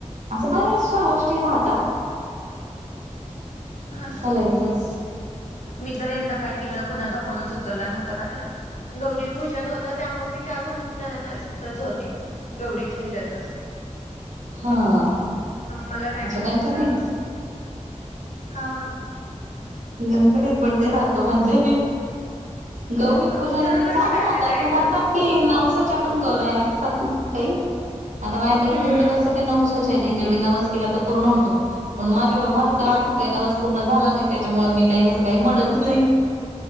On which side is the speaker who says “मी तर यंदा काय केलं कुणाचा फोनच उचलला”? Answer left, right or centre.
Left